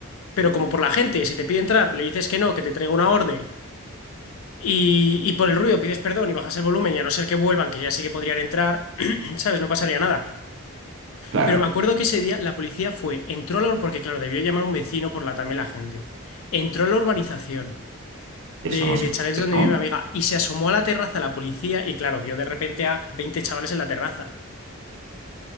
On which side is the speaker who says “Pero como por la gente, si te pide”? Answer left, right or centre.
Left